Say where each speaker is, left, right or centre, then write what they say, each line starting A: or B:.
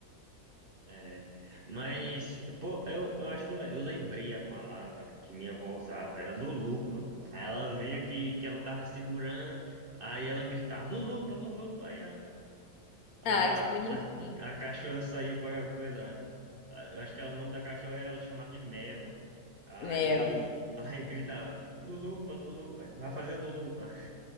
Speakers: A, on the right (about 45°); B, on the left (about 70°).
A: É, mas, pô, eu, eu acho que eu, le- eu lembrei a palavra que minha avó usava, era lulupa. Aí ela via que, que ela tava segurando, aí ela gritava, lulupa, lulupa, aí a- A,
B: Ah, que bonitinho.
A: a, a cachorra saía para coisa. a- Eu acho que o nome da cachorra era chamado de Mel. Aí,
B: Meu.
A: <laughs> aí gritava, Lulupa, Lulupa, vai fazer Lulupa.